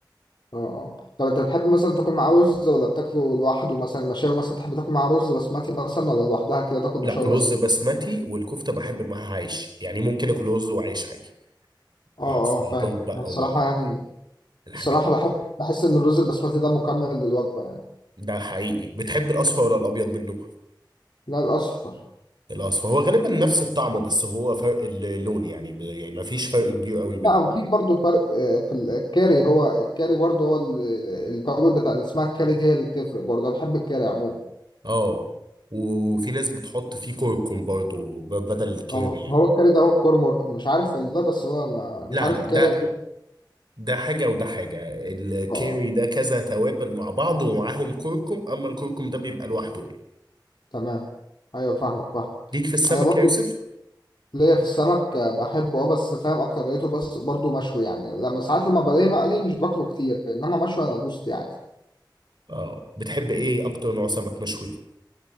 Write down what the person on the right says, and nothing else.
لا
رز
بسمتي والكفتة بحب معاها عيش يعني ممكن اكل رز وعيش عادي
مع السلطات
بقى
ومع
الحاجات
دي
ده حقيقي بتحب الاصفر ولا الابيض منه
الأصفر هو غالبا نفس الطعم بس هو فرق اللون يعني ب- يعني ما فيش فرق كبير قوي بينهم
اه وفي ناس بتحط فيه كركم برضو ب- بدل الكاري
يعني
لا
لا
ده
ده حاجة وده حاجة الكاري
ده كذا توابل مع بعض ومعاهم كركم أما الكركم ده بيبقى لوحده يعني
ليك في السمك
يا يوسف؟
اه بتحب ايه أكتر نوع سمك مشوي؟